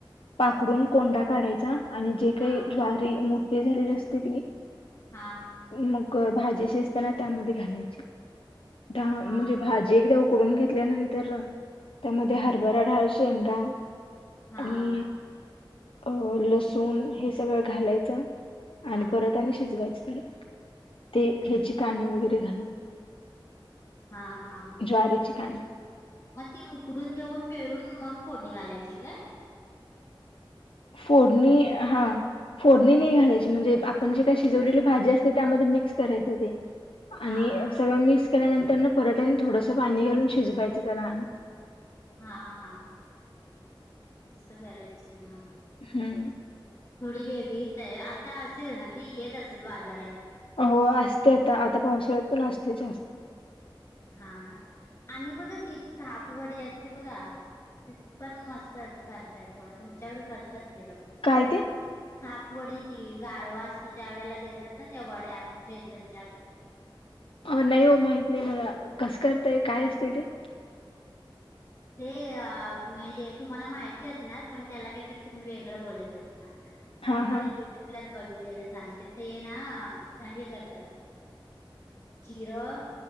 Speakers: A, on the left; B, on the left.
A: पाखडून कोंडा काढायचा आणि जे काही
B: हा
A: ज्वा ते मोट्टे झालेले असते कि नाही?
B: हां
A: मग भाजी शिजताना त्यामधे घालायचे. त्या म्हं
B: हा हा
A: भाजी एकदा उकडून घेतल्यानंतर त्यामध्ये हरभरा ढाळ, शेंगा
B: हा
A: आणि अ लसूण, हे सगळं घालायचं
B: हा
A: आणि परत अने शिजवायचं. त्याला ते ख्यायची काणी वगेरे घालून
B: हा हा
A: ज्वारेची काणी
B: मग ती उकडून घेऊन पेरुन मग फोडणी घालायची काय?
A: फोडणी हा फोडणी नाही घालायची, म्हणजे आपण जे काही शिजवलेली भाजी असते त्यामधे मिक्स करायचे ते.
B: हा
A: आनि
B: हा
A: सर्व मिस्क केल्यानंतर न परतनी थोडंसं पाणी घालून शिजवायचं त्याला.
B: हा हा सगळ्यलाच म.
A: हं
B: थोडी गेलीचाय, आता असेल ना ती? येत असेल बाजारात.
A: हो असते आता, आता पावसाळ्यात पण असते जास्त.
B: हा ना? आणि बगा ती थापवडी असते बघा? पण मस्त स करता येतो. तुमच्याकडे करतात ते लोकं.
A: काय ते?
B: हापवडी, ती गारवा असतो. त्यावेेळेला देतात ना त्या वड्या, बेसनच्या.
A: नाही हो, माहित नाही मला, कसं करताय काय असते ते.
B: ते, तुम्हाला माहिती असणार, पण त्याला काहीतरी तुम्ही वेगळं, बोलत असणार.
A: हा
B: मी पण
A: हा
B: यूट्यूबच बघितलेलं सांगते, ते ना हे करतात. जिरं,